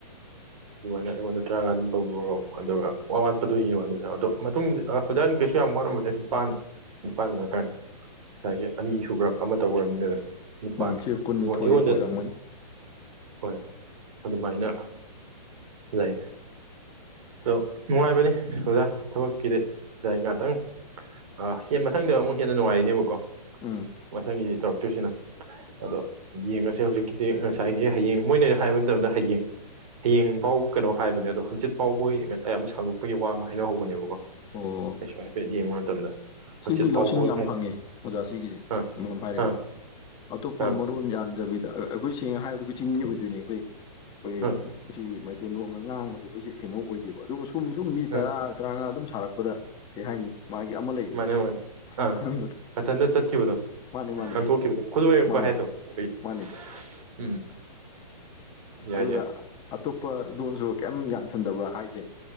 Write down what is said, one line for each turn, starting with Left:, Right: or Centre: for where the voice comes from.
Right: ꯑꯗꯨꯃꯥꯏꯅ ꯑꯩꯉꯣꯟꯗ ꯇꯔꯥꯃꯉꯥ ꯑꯗꯨꯝ ꯇꯧꯕꯤꯔꯣ ꯑꯗꯨꯒ ꯑꯋꯥꯠꯄꯗꯨꯣꯒꯤ ꯋꯥꯅꯤꯅ ꯑꯗꯣ ꯃꯇꯨꯡꯗ ꯑꯣꯖꯥꯒꯤ ꯀꯩꯁꯨ ꯌꯥꯝ ꯋꯥꯔꯝꯃꯔꯦ ꯅꯤꯄꯥꯟ ꯅꯤꯄꯥꯟ ꯃꯉꯛꯈꯔꯅꯦ ꯉꯁꯥꯏꯒꯤ ꯑꯅꯤ ꯁꯨꯈ꯭ꯔꯕ ꯑꯃ ꯇꯧꯈ꯭ꯔꯕꯅꯤꯅꯅ ꯅꯤꯄꯥꯟ
Left: ꯎꯝ ꯁꯤ ꯀꯨꯟꯅꯤꯊꯣꯏ
Right: ꯑꯩꯉꯣꯟ ꯑꯩꯉꯣꯟꯗ
Left: ꯑꯣꯏꯔꯝꯒꯅꯤ
Right: ꯍꯣꯏ ꯑꯗꯨꯃꯥꯏꯅ ꯌꯥꯏ ꯑꯗꯣ ꯅꯨꯡꯉꯥꯏꯕꯅꯤ ꯑꯣꯖꯥ ꯊꯕꯛꯀꯤꯗꯤ ꯉꯥꯢ ꯉꯥꯢꯍꯥꯛꯇꯪ ꯑꯥ ꯃꯊꯪꯗ ꯑꯃꯨꯛ ꯍꯦꯟꯅ ꯅꯨꯡꯉꯥꯏꯔꯤꯅꯦꯕꯀꯣ
Left: ꯎꯝ
Right: ꯃꯊꯪꯒꯤ ꯇꯧꯔꯛꯇꯣꯏꯁꯤꯅ ꯑꯗꯣ ꯌꯦꯡꯉꯁꯦ ꯍꯧꯖꯤꯛꯀꯤꯗꯤ ꯉꯁꯥꯏꯒꯤ ꯍꯌꯦꯡ ꯃꯣꯏꯅ ꯍꯥꯏꯕ ꯃꯇꯝꯗ ꯍꯌꯦꯡ ꯍꯌꯦꯡ ꯐꯥꯎ ꯀꯩꯅꯣ ꯍꯥꯏꯕꯅꯦ ꯑꯗꯣ ꯍꯪꯆꯤꯠ ꯐꯥꯎꯕ ꯉꯁꯥꯏ ꯑꯃꯨꯛ ꯁꯥꯡꯗꯣꯛꯄꯒꯤ ꯋꯥ ꯑꯃ ꯍꯥꯏꯅꯍꯧꯕꯅꯦꯕꯀꯣ
Left: ꯑꯣ
Right: ꯑꯩꯩꯁꯨ ꯍꯥꯏꯐꯦꯠ ꯌꯦꯡꯕ ꯃꯇꯝꯗ ꯍꯪꯆꯤꯠ
Left: ꯁꯤꯗꯤ
Right: ꯐꯥꯎꯕ
Left: ꯂꯧꯁꯤꯡ ꯌꯥꯝ
Right: ꯍꯥꯏꯗꯤ
Left: ꯐꯪꯉꯦ ꯑꯣꯖꯥ ꯁꯤꯒꯤꯁꯦ
Right: ꯑꯥ
Left: ꯑꯃꯔꯣꯝꯗ ꯍꯥꯏꯔꯒꯗꯤ
Right: ꯑꯥ
Left: ꯑꯇꯣꯞꯄ
Right: ꯑꯥ
Left: ꯃꯔꯣꯟ ꯌꯥꯟꯗꯕꯤꯗ ꯑꯩꯈꯣꯏ ꯁꯦꯡꯅ ꯍꯥꯏꯕꯗ ꯑꯩ ꯆꯤꯡꯃꯤ ꯑꯣꯏꯗꯣꯏꯅꯤ ꯑꯩꯈꯣꯏ ꯑꯩꯈꯣꯏ
Right: ꯑꯥ
Left: ꯃꯁꯤ ꯇꯦꯝꯕꯔꯣꯝꯗ ꯉꯥꯡꯕꯁꯤ ꯑꯩꯈꯣꯏ ꯀꯩꯅꯣ ꯑꯣꯏꯗꯦꯕ ꯑꯗꯨꯕꯨ ꯁꯨꯝ ꯁꯨꯝ ꯃꯤ ꯇꯔꯥ
Right: ꯑꯥ
Left: ꯇꯔꯥꯃꯉꯥ ꯑꯗꯨꯝ ꯁꯥꯔꯛꯄꯗ ꯀꯩ ꯍꯥꯏꯅꯤ ꯃꯥꯒꯤ ꯑꯃ ꯂꯩꯕꯗꯣ
Right: ꯃꯥꯅꯦ ꯃꯥꯅꯦ ꯑꯥ
Left: ꯈꯪꯕꯗ
Right: ꯃꯊꯟꯇ ꯆꯠꯈꯤꯕꯗꯣ
Left: ꯃꯥꯅꯤ ꯃꯥꯅꯤ
Right: ꯉꯥꯡꯊꯣꯛꯈꯤꯕꯗꯣ ꯈꯨꯠꯂꯣꯢꯔꯛꯄ
Left: ꯃꯥꯅꯤ
Right: ꯍꯥꯏꯗꯣ ꯑꯩꯈꯣꯏꯒꯤ
Left: ꯃꯥꯅꯤ
Right: ꯎꯝ ꯌꯥꯏ
Left: ꯑꯗꯨꯒ
Right: ꯌꯥꯏ
Left: ꯑꯇꯣꯞꯄ ꯂꯣꯟꯁꯨ ꯀꯩꯝ ꯌꯥꯟꯁꯟꯗꯕ ꯍꯥꯏꯁꯦ